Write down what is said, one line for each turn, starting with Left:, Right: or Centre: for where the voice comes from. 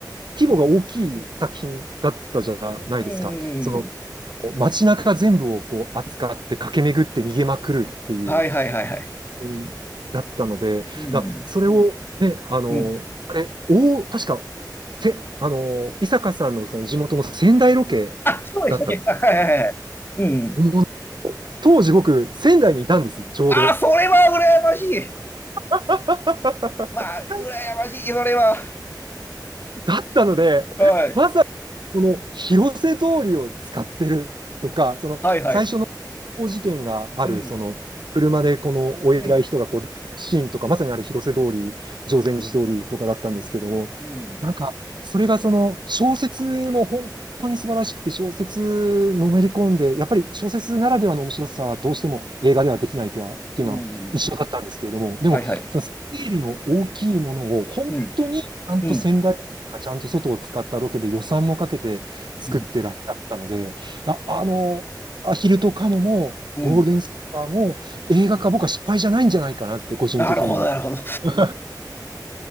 Right: 規模が大きい作品だったじゃないですか。
Left: うん、うん、
Right: そ
Left: うん。
Right: の、街中全部をこう扱って駆け巡って逃げまくるっていう。
Left: はいはいはいはい。
Right: うんだったので、
Left: うん、
Right: だ、それをね、あの、
Left: うん。
Right: あれ、お、確か、せ、あの、伊坂さんのその地元の仙台ロケ
Left: あ、そうでしたね。
Right: だった
Left: はいはいはいはい。うん。
Right: もう。当時僕、仙台にいたんです、ちょうど。
Left: あ、それは羨ましい。
Right: <laughs>
Left: まあ、羨ましい、それは。
Right: だったので、
Left: はい。
Right: まさにこの広瀬通りを使ってるとか、その最初の発砲事件がある、
Left: はいはい。うん、
Right: その車でこのお偉い人がこう出てくるシーンとか、
Left: うん、
Right: まさにあれ広瀬通り、定禅寺通りとかだったんですけども、
Left: うん、
Right: なんかそれがその小説も本当に素晴らしくて、小説のめり込んで、やっぱり小説ならではの面白さはどうしても映画ではできないとはっていうのは一緒だったんですけれども、
Left: うん。
Right: でもそのスケールの大きいものを本当にちゃんと先代ちゃんと外を使ったロケで予算もかけて作ってらっしゃったので、
Left: はいはい。うん、うん、うん、
Right: あ、あの、アヒルとカモもゴールデンスーパーも映画化僕は失敗じゃないんじゃないかなって個人的には
Left: うん。なるほど、なるほど。
Right: <laughs> 思